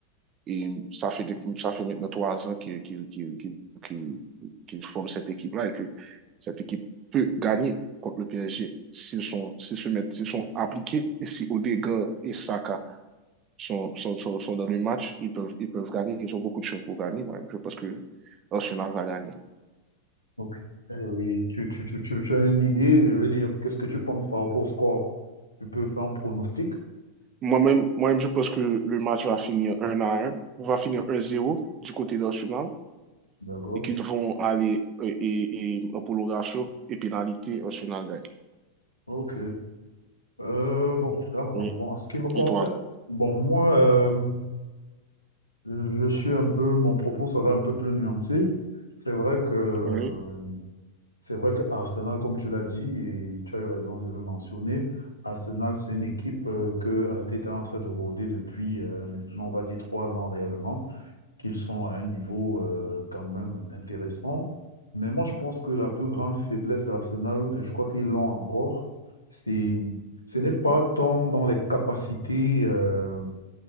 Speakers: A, on the right; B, on the left.
A: et ça, fait de, ça fait maintenant trois ans qu'ils qu qu qu forment cette équipe-là et que cette équipe peut gagner contre le PSG s'ils sont, s'ils se mettent, s'ils sont appliqués et si Odegaard et Saka sont, sont, sont, sont dans le match, ils peuvent, ils peuvent gagner, ils ont beaucoup de chances pour gagner. Moi-même, je pense que Arsenal va gagner.
B: ok. Et tu, tu, tu, tu- tu as une idée, je veux dire, qu'est-ce que tu penses par rapport au score? Tu peux faire un pronostic?
A: Moi-même, moi-même, je pense que le match va finir un à un va finir un zéro du côté d'Arsenal
B: D'accord.
A: et qu'ils vont aller et et, et, en prolongation et pénalité, Arsenal gagne.
B: Ok. Euh, bon, d'accord.
A: Oui.
B: Bon, en ce qui me concerne,
A: Et toi?
B: bon, moi, euh, Je suis un peu, mon propos sera un peu plus nuancé. C'est vrai que,
A: Oui.
B: c'est vrai que Arsenal, comme tu l'as dit, et tu as eu raison de le mentionner, Arsenal, c'est une équipe euh, que Arteta est en train de rôder depuis euh, maintenant, on va dire, trois ans réellement, qu'ils sont à un niveau euh, quand même intéressant. Mais moi, je pense que la plus grande faiblesse d'Arsenal, et je crois qu'ils l'ont encore, c'est, ce n'est pas
A: Mhm.
B: tant dans les capacités. euh,